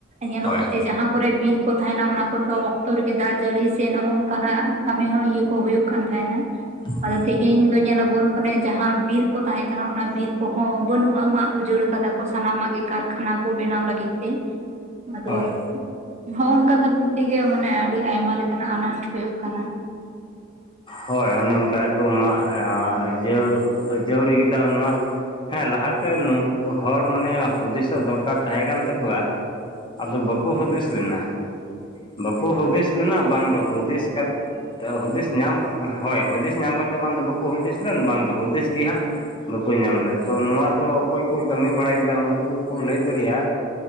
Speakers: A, on the right; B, on the left.
A: ᱧᱮᱞᱚᱜ-ᱟ
B: ᱦᱳᱭ
A: ᱡᱮ ᱡᱟᱦᱟᱸ ᱠᱚᱨᱮ ᱵᱤᱨ ᱠᱚ ᱛᱟᱦᱮᱱᱟ ᱚᱱᱟ ᱠᱚᱨ ᱫᱚ ᱚᱠᱛᱚ ᱨᱮᱜᱮ ᱫᱟᱜ ᱡᱟᱹᱲᱤ ᱥᱮ ᱱᱚᱜ ᱱᱚᱝᱠᱟᱱᱟᱜ ᱠᱟᱹᱢᱤ ᱦᱚᱸ ᱤᱭᱟᱹ ᱠᱚ ᱦᱩᱭᱩᱜ ᱠᱟᱱ ᱛᱟᱦᱮᱱᱟ
B: ᱟᱨ
A: ᱟᱫᱚ ᱛᱮᱦᱮᱧ ᱫᱚ ᱧᱮᱞᱟᱵᱚᱱ ᱚᱱᱮ ᱡᱟᱦᱟᱸ ᱵᱤᱨ ᱠᱚ ᱛᱟᱦᱮᱸ ᱠᱟᱱᱟ ᱚᱱᱟ ᱵᱤᱨ ᱠᱚᱦᱚᱸ ᱵᱟᱹᱱᱩᱜᱼᱟ ᱢᱟᱜ ᱩᱡᱟᱹᱲ ᱠᱟᱫᱟ ᱠᱚ ᱥᱟᱱᱟᱢᱟᱜ ᱜᱮ ᱠᱟᱨᱠᱷᱟᱱᱟ ᱠᱚ ᱵᱮᱱᱟᱣ ᱞᱟᱹᱜᱤᱫ ᱛᱮ ᱟᱫᱚ
B: ᱦᱳᱭ
A: ᱦᱚᱜ ᱚᱝᱠᱟ ᱠᱷᱟᱹᱛᱤᱨ ᱛᱮᱜᱮ ᱢᱟᱱᱮ ᱟᱹᱰᱤ ᱟᱭᱢᱟ ᱞᱮᱠᱟᱱᱟᱜ ᱟᱱᱟᱴ ᱦᱩᱭᱩᱜᱳᱜ ᱠᱟᱱᱟ
B: ᱦᱳᱭ ᱚᱱᱮ ᱚᱱᱠᱟ ᱜᱮ ᱠᱚ ᱢᱟᱜᱡ ᱟᱹ ᱡᱟᱹᱲᱤ ᱠᱮᱫᱟ ᱱᱚᱣᱟ ᱦᱮᱸ ᱞᱟᱦᱟᱛᱮ ᱱᱩᱠᱩ ᱦᱚᱲ ᱢᱟᱱᱮ ᱦᱩᱫᱤᱥᱚᱜ ᱫᱚᱨᱠᱟᱨ ᱛᱟᱦᱮᱸ ᱠᱟᱱ ᱛᱟᱠᱚᱣᱟ ᱟᱫᱚ ᱵᱟᱠᱚ ᱦᱩᱫᱤᱥ ᱞᱮᱱᱟ ᱵᱟᱠᱚ ᱦᱩᱫᱤᱥ ᱞᱮᱱᱟ ᱵᱟᱝ ᱫᱚ ᱦᱩᱫᱤᱥ ᱠᱟᱛᱮ ᱦᱩᱫᱤᱥ ᱧᱟᱢ ᱦᱳᱭ ᱦᱩᱫᱤᱥ ᱧᱟᱢ ᱠᱟᱛᱮᱫ ᱵᱟᱝ ᱫᱚ ᱵᱟᱠᱚ ᱦᱩᱫᱤᱥ ᱞᱮᱱ ᱵᱟᱝᱫᱚ ᱦᱩᱫᱤᱥ ᱜᱮ ᱦᱟᱜ ᱵᱟᱠᱚ ᱧᱟᱢ ᱞᱮᱫᱟ ᱛᱚ ᱱᱚᱣᱟ ᱫᱚ ᱚᱠᱚᱭ ᱠᱚ ᱠᱟᱹᱢᱤ ᱵᱟᱲᱟ ᱠᱮᱫᱟ ᱩᱱᱠᱩ ᱠᱚ ᱞᱟᱹᱭ ᱫᱟᱲᱮᱭᱟᱜ-ᱟ